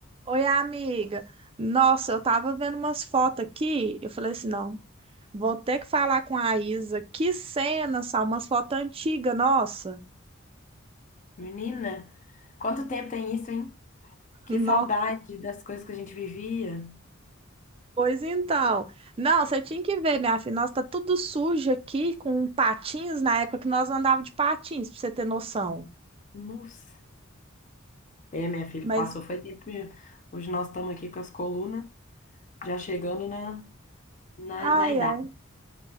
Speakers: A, on the right; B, on the left.
A: Oi, amiga. Nossa, eu tava vendo umas fotos aqui. Eu falei assim: não, vou ter que falar com a Isa. Que cena, só umas fotos antigas, nossa.
B: Menina, quanto tempo tem isso, hein?
A: <laughs>
B: Que
A: Nó.
B: saudade das coisas que a gente vivia.
A: Pois então. Não, você tinha que ver, minha filha. Nossa, tá tudo sujo aqui, com patins na época que nós andávamos de patins, pra você ter noção.
B: Nossa. É, minha filha,
A: Mas,
B: passou, foi tempo mesmo. Hoje nós estamos aqui com as colunas, já chegando na, na,
A: ai,
B: na idade.
A: ai,